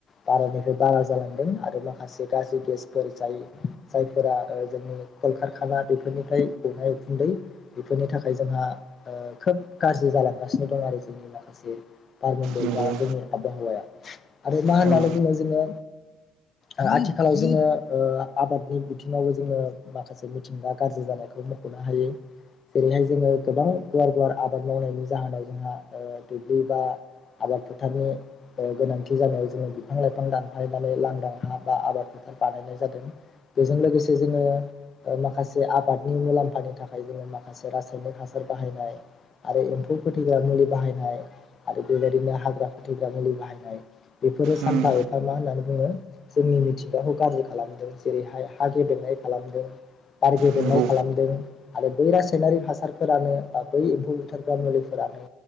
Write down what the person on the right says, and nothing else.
नंगौ
औ
उम
नंगौ